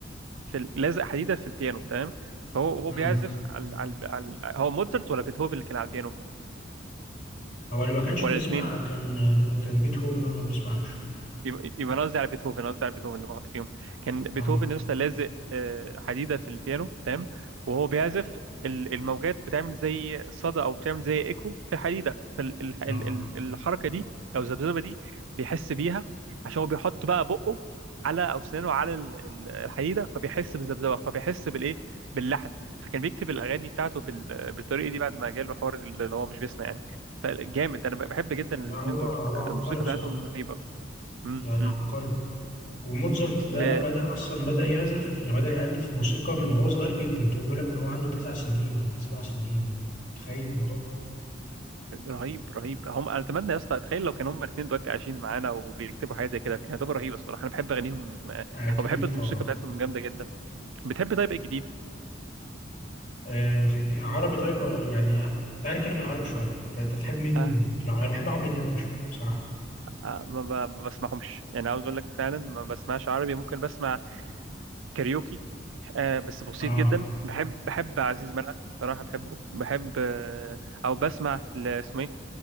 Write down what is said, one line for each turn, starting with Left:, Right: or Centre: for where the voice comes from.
Right: في ال- لازق حديده في البيانو تمام فهو هو
Left: امم
Right: بيعزف على على على هو موتزارت ولا بيتهوفن اللي كان على البيانو
Left: هو اللي ما كانش
Right: ولا
Left: بيسمع
Right: الاثنين
Left: كان كان بيتهوفن هو اللي ما بيسمعش
Right: يبقى يبقى انا قصدي على بيتهوفن أنا قصدي على بيتهوفن اللي لغلط فيهم كان بيتهوفن
Left: اه
Right: يا اسطى لازق آه، حديده في البيانو تمام وهو بيعزف ال- الموجات بتعمل زي صدى او بتعمل زي ايكو في حديده فالحركه
Left: اه
Right: دي او الذبذبه دي بيحس بيها عشان هو بيحط بقى بقه على او سنانه على ال- ال- الحديده فبيحس بالذبذبه فبيحس بالايه باللحن فكان بيكتب الاغاني بتاعته بال- بالطريقه دي بعد ما جاله حوار اللي هو مش بيسمع يعني فجامد انا بحب جدا
Left: لا
Right: الاثنين
Left: هو
Right: دول
Left: هو
Right: آه،
Left: عبقري
Right: الموسيقى
Left: بصراحة
Right: بتاعتهم رهيبه امم
Left: يعني
Right: امم
Left: عبقري وموتزارت ده
Right: ب...
Left: بدأ أصلا بدأ يعزف يعني بدأ يألف موسيقى من وهو صغير جدا تبقى بيقول لك من هو عنده تسع سنين ولا سبع سنين متخيل الموضوع
Right: رهيب رهيب هم انا اتمنى يا اسطى اتخيل لو كانوا هم الاثنين دلوقتي عايشين معانا وبيكتبوا حاجه زي كده كانت هتبقى رهيبه الصراحه انا بحب اغانيهم آه،
Left: أكيد
Right: او بحب الموسيقى
Left: طبعا
Right: بتاعتهم جامده جدا بتحب طيب ايه جديد
Left: آه في الج- عربي طيب ولا يعني تعالى نتكلم عن العربي شوية أنت أنت بتحب مين
Right: آه.
Left: في العربي؟ أنا بحب عمرو دياب فشخ بصراحة
Right: آه. ما, ب... ما بسمعهمش يعني عاوز اقول لك فعلا ما بسمعش عربي ممكن بسمع كاريوكي آه بس بسيط
Left: آه
Right: جدا بحب بحب عزيز مرقه صراحه بحبه بحب آه او بسمع ل- اسمه ايه